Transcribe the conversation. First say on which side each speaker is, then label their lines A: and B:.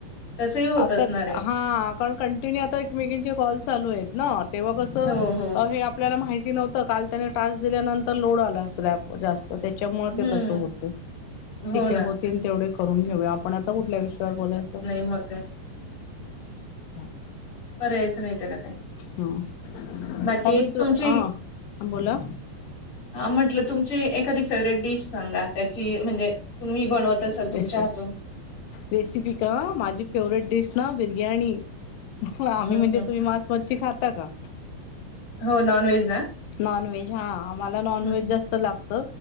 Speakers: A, on the left; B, on the left.
A: तसही होत
B: आता
A: असणार
B: हा,
A: आहे
B: कारण कंटिन्यू आता एकमेकीचे कॉल चालू आहेत ना, तेव्हा कसं
A: हो हो
B: हे आपल्याला माहिती नव्हतं. काल त्याने टास्क दिल्यानंतर लोड आला असल ॲपव जास्त त त्याच्यामुळे
A: हम्म
B: ते तसं होतं.
A: हो
B: ठीक आहे
A: ना
B: होतील तेवढे करून घेऊया. पण आता कुठल्या विषयावर बोलायचं?
A: ते मग काय
B: जा
A: पऱ्या यायचं नाही त्याला काय
B: ह,
A: बाकी
B: अभी चो
A: तुमची
B: आ बोला.
A: आ म्हंटलं तुमची एखादी फेवरेट डिश सांगा. त्याची म्हणजे तुम्ही बनवत तसाल
B: रेस
A: तुमच्या हातून
B: रेसिपी का? माझी फेवरेट डिश ना बिर्याणी. आम्ही
A: हं,
B: म्हणजे
A: हं,
B: तुम्ही
A: हं.
B: मांस, मच्छी खाता का?
A: हो. नॉन व्हेज ना,
B: नॉन व्हेज हा आम्हाला नॉन
A: हं,
B: व्हेज
A: हं.
B: जास्त लागत.